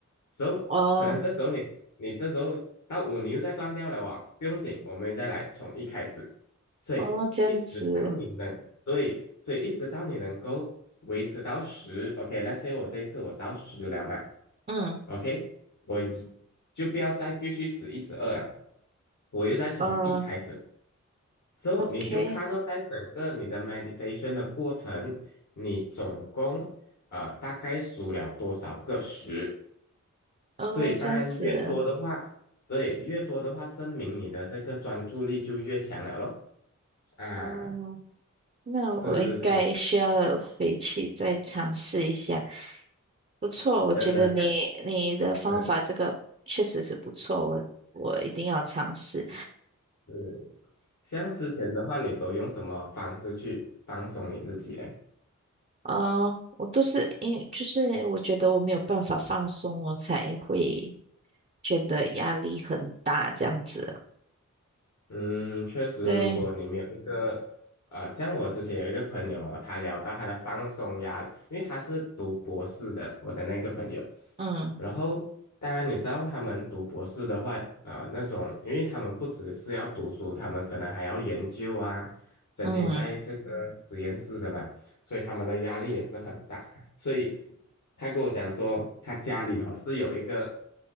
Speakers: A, on the left; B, on the right.
A: ，so
B: 哦
A: 可能这时候你你这时候到五你又再断掉了啊，不用紧，我们又再来从一开始，所以一直到你能对，
B: 哦，这样子，
A: 所以一直到你能够维持到十 o k 那所以我这一次我到十了嘛
B: 嗯，
A: ，OK，我一就不要再继续十一十二了，我又再从一开始，
B: 哦
A: So，
B: ，OK，
A: 你就看到在整个你的 meditation 的过程，你总共呃大概数了多少个十？
B: 哦，
A: 所以当然越多的话，
B: 这样子，
A: 对，越多的话，证明你的这个专注力就越强了咯。啊，
B: 哦，那我应该需要回去再尝试一下。
A: 是是是，
B: 不错，我觉得你你的方法这个确实是不错，
A: 真的，像嗯
B: 我我一定要尝试。
A: 嗯，像之前的话，你都用什么方式去放松你自己嘞？
B: 哦，我都是因为就是我觉得我没有办法放松，我才会。觉得压力很大，这样子。
A: 嗯，确实，
B: 对，
A: 如果你们有一个呃，像我之前有一个朋友啊，他聊到他的放松压力，因为他是读博士的，我的那个朋友。
B: 嗯
A: 然后，当然你知道他们读博士的话，啊、那种，因为他们不只是要读书，他们可能还要研究啊，整天在这个实验室的嘛，
B: 嗯，
A: 所以他们的压力也是很大。所以他跟我讲说，他家里哦是有一个